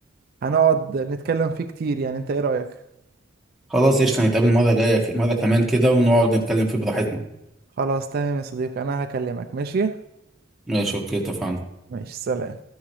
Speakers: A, on the right (about 50°); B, in the centre.
A: هنقعد نتكلم فيه كتير يعني انت ايه رأيك
B: خلاص قشطة نتقابل مرة جاية مرة كمان كده ونقعد نتكلم فيه براحتنا
A: خلاص تمام يا صديقي انا هكلمك ماشي
B: ماشي اوكي اتفقنا
A: ماشي سلام